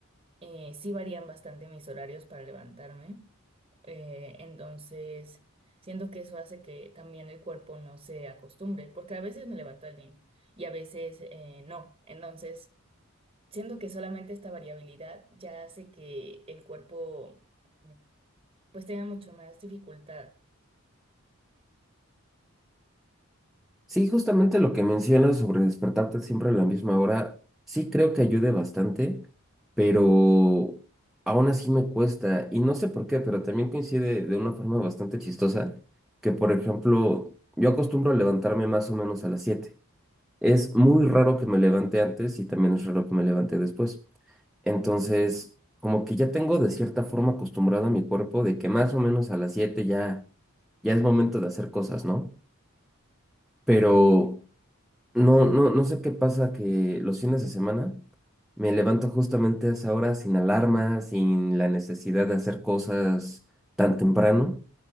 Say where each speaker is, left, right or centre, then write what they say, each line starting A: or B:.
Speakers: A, on the right; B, in the centre.
A: eh, sí varían bastante mis horarios para levantarme. Eh, entonces, siento que eso hace que también el cuerpo no se acostumbre, porque a veces me levanto al gym y a veces eh, no. Entonces, siento que solamente esta variabilidad ya hace que el cuerpo mm, pues tenga mucho más dificultad.
B: Sí, justamente lo que mencionas sobre despertarte siempre a la misma hora, sí creo que ayude bastante, pero aún así me cuesta. Y no sé por qué, pero también coincide de una forma bastante chistosa, que por ejemplo, yo acostumbro a levantarme más o menos a las 7. Es muy raro que me levante antes y también es raro que me levante después. Entonces, como que ya tengo de cierta forma acostumbrado a mi cuerpo de que más o menos a las 7 ya, ya es momento de hacer cosas, ¿no? Pero no, no, no sé qué pasa que los fines de semana me levanto justamente a esa hora sin alarma, sin la necesidad de hacer cosas tan temprano